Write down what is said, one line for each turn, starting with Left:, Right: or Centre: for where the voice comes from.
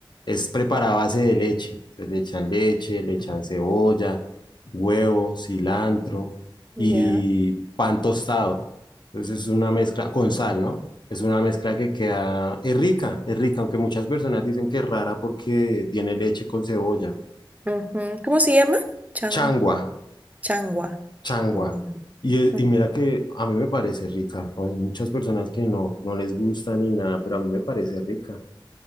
Left: es preparada a base de leche. Entonces le echan leche, le echan cebolla, huevo, cilantro y
Right: Ya.
Left: pan tostado. Entonces es una mezcla con sal, ¿no? Es una mezcla que queda, es rica, es rica, aunque muchas personas dicen que es rara porque tiene leche con cebolla.
Right: Ujú. ¿Cómo se llama? Chan,
Left: Changua.
Right: changua.
Left: changua.
Right: Ujú.
Left: Y, es-
Right: Ujú.
Left: y mira que a mí me parece rica. O sea, Hay muchas personas que no, no les gusta ni nada, pero a mí me parece rica.